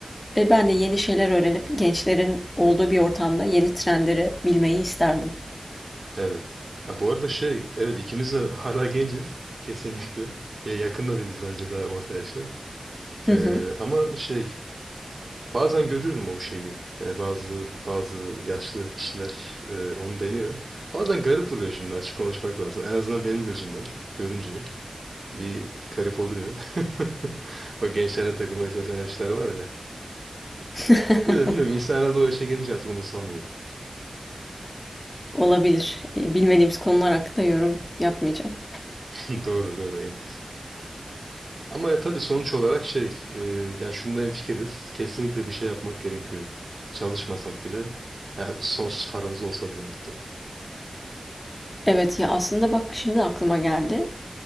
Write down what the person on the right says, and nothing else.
Evet. Ya bu arada şey, evet ikimiz de <laughs> hala genciz kesinlikle. Ya yakın da değiliz bence daha orta yaşa.
Ee,
ama şey Bazen görüyorum o şeyi. E, bazı bazı yaşlı kişiler e, onu deniyor. Bazen garip duruyor şimdi açık konuşmak lazım. En azından benim gözümden görünce bir garip oluyor. <laughs> O gençlerle takılmaya çalışan yaşlılar var ya.
Ya da bilmiyorum insan herhalde o yaşa gelince artık umursamıyor.
<laughs> <clears throat> Doğru doğru en iyisi. Ama tabii sonuç olarak şey e, yani şunda hemfikiriz. Kesinlikle bir şey yapmak gerekiyor. Çalışmasak bile ya sonsuz paramız olsa bile hatta.